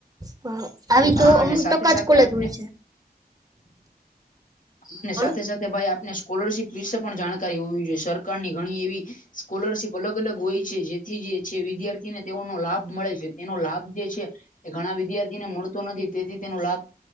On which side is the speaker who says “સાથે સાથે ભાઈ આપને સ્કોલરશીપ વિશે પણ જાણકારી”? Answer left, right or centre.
Left